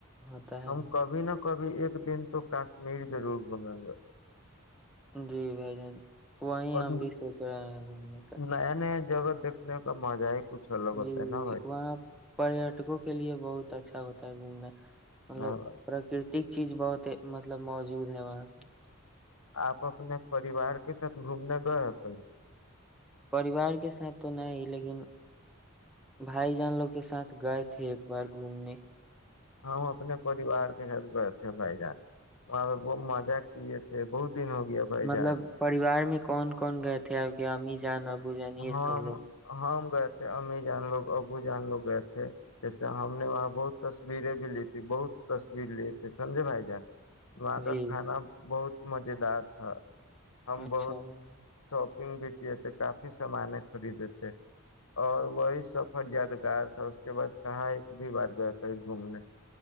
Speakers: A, in the centre; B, on the left (about 80°).
A: ہوتا ہے
B: ہم
A: نا
B: کبھی نہ کبھی ایک دن تو کاشمیر ضرور گھومیں گا
A: جی بھائی جان وہی
B: اور
A: ہم بھی سوچ رہے ہیں گھومنے کا
B: نیا نیا جگہ دیکھنے کا مزہ ہے کچھ ال الگ ہوتا
A: جی
B: ہے نا
A: وہاں پریٹکوں کے لیے بہت اچھا ہوتا ہے گھومنا مطلب
B: ہاں بھائی
A: پراکرتک چیز بہت مطلب موجود ہے وہاں پہ
B: آپ اپنے پریوار کے ساتھ گھومنے گئے کہیں
A: پریوار کے ساتھ تو نہ ہی لیکن بھائی جان لوگ کے ساتھ گئے تھے ایک بار گھومنے
B: ہم اپنے پریوار کے ساتھ گئے تھے بھائی جان وہاں پہ بہت مزہ کیے تھے بہت دن ہو گیا بھائی
A: مطلب
B: جان
A: پریوار میں کون کون گئے تھے آپ کے اامز جانا بوجان یہ
B: ہم
A: سب لوگ
B: ہم گئے تھے امی جان لوگ ابو جان لوگ گئے تھے جیسے ہم نے وہاں بہت تصویریں بھی لی تھی بہت تصویر لیے تے سمجھے بھائی جان وہاں کا
A: جی
B: کھانا بہت مز دار تھا ہم
A: اچھا
B: بہت
A: بھائی
B: شوق پنگ بھیتی تھ کا سامان خریدے تھے اور وہی سفر یادگار تھا اس کے بعد کہاں ایک بھی بار گیا کہیں گھومنے